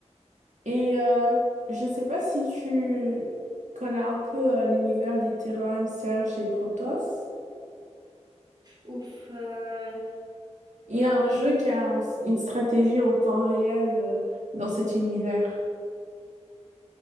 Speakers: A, on the right; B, on the right.
A: Et euh, je sais pas si tu connais un peu euh, l'univers des Terran, Serge et Protoss.
B: Ouf, heu,
A: Il y a
B: non
A: un
B: j
A: jeu qui a un- une stratégie en temps réel euh, dans cet univers.